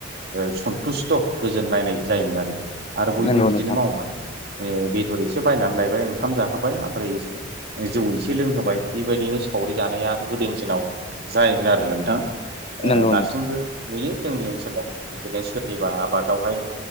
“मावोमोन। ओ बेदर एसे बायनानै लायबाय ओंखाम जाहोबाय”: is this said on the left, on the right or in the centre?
Right